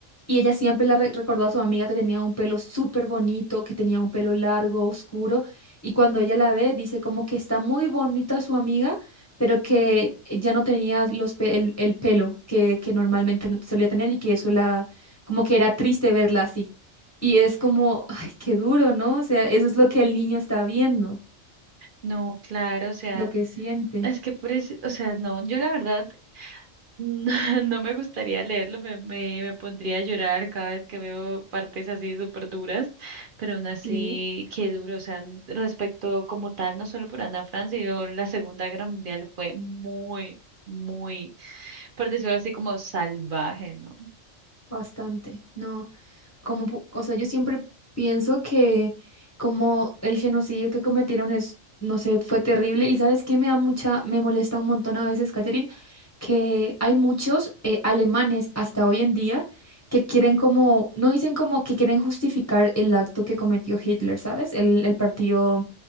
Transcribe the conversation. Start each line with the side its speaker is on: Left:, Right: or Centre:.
Left: y ella siempre la re- recordó a su amiga que tenía un pelo súper bonito, que tenía un pelo largo, oscuro y cuando ella la ve dice como que está muy bonita su amiga, pero que ya no tenía los pe- el, el pelo que, que normalmente solía tener y que eso la como que era triste verla así. Y es como, <laughs> ay, qué duro, ¿no? O sea, eso es lo que el niño está viendo,
Right: No, claro, o sea,
Left: lo que siente.
Right: es que por eso, o sea, no, yo la verdad No, <laughs> no me gustaría leerlo, me, me, me pondría a llorar cada vez que veo partes así súper duras, pero aún así,
Left: Sí,
Right: qué duro, o sea, n- respecto como tal, no solo por Ana Frank, sino la Segunda Guerra Mundial fue muy, muy, por decirlo así, como salvaje, ¿no?
Left: bastante. No. como, pu- o sea, yo siempre pienso que como el genocidio que cometieron es, no sé, fue terrible. Y sabes qué me da mucha, me molesta un montón a veces, Catherine, que hay muchos eh, alemanes hasta hoy en día que quieren como, no dicen como que quieren justificar el acto que cometió Hitler, ¿sabes? El, el partido